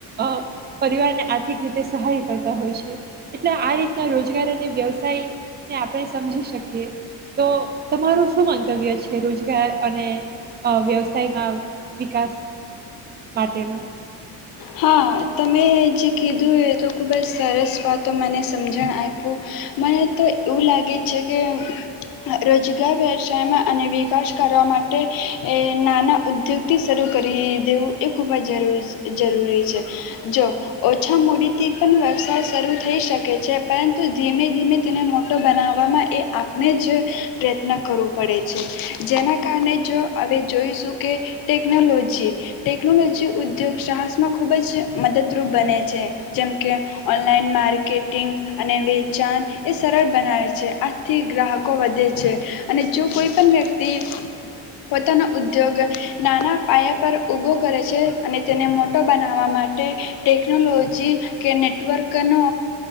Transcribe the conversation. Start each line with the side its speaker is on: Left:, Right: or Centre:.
Right: અ પરિવારને આર્થિક રીતે સહાય કરતા હોય છે એટલે આ રીતના રોજગાર અને વ્યવસાયને આપણે સમજી શકીએ તો તમારું શું મંતવ્ય છે રોજગાર અને વ્યવસાયમાં વિકાસ માટેનો.
Left: હા તમે જે કીધું એય તો ખૂબ જ સરસ વાતો મને સમજણ આપું મને તો એવું લાગે છે કે રોજગાર વ્યવસાયમાં અને વિકાસ કરવા માટે નાના ઉદ્યોગથી શરૂ કરી દેવું એ ખૂબ જ જરૂરી. જરૂરી છે જો ઓછા મૂડીથી પણ વ્યવસાય શરૂ થઈ શકે છે પરંતુ ધીમે ધીમે તેને મોટો બનાવવામાં એ આપણે જ પ્રયત્ન કરવો પડે છે જેના કારણે જો હવે જોઈશું કે ટેકનોલોજી ટેકનોલોજી ઉદ્યોગ સાહસમાં ખૂબ જ મદદરૂપ બને છે જેમ કે ઓનલાઈન માર્કેટિંગ અને વેચાણ એ સરળ બનાવે છે આજથી ગ્રાહકો વધે છે અને જો કોઈ પણણ વ્યક્તિ પોતાનો ઉદ્યોગ નાના પાયા પર ઉભો કરે છે અને તેને મોટો બનાવવા માટે ટેકનોલોજી કે નેટવર્કનો